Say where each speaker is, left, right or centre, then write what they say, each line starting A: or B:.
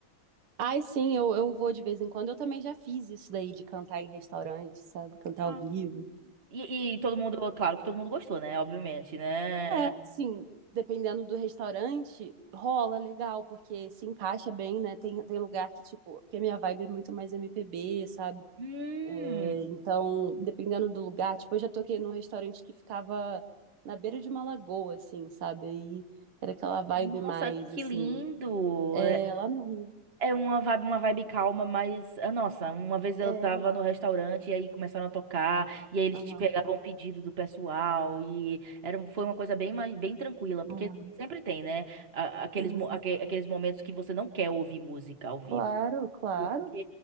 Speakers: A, on the right; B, on the right.
A: Ai, sim, eu, eu vou de vez em quando. Eu também já fiz isso daí de cantar em restaurante, sabe? Cantar
B: Ah.
A: ao vivo.
B: E, e todo mundo, claro que todo mundo gostou, né? Obviamente, né?
A: É, sim, dependendo do restaurante, rola legal, porque se encaixa bem, né? Tem, tem lugar que, tipo, porque a minha vibe é muito mais M P B sabe?
B: Hum,
A: É, então, dependendo do lugar, tipo, eu já toquei num restaurante que ficava na beira de uma lagoa, assim, sabe? Aí era aquela vibe
B: nossa,
A: mais,
B: que
A: assim,
B: lindo!
A: é, lá no Rio.
B: É uma vibe, uma vibe calma, mas, ah, nossa, uma vez eu
A: É,
B: tava no restaurante e aí começaram a tocar, e aí eles
A: aham,
B: te pegavam o pedido do pessoal, e era, foi uma coisa bem, mais- bem tranquila, porque
A: aham,
B: sempre tem, né? a- Aqueles,
A: aham.
B: mo- aque- aqueles momentos que você não quer ouvir música ao vivo.
A: Claro, claro.
B: Porque,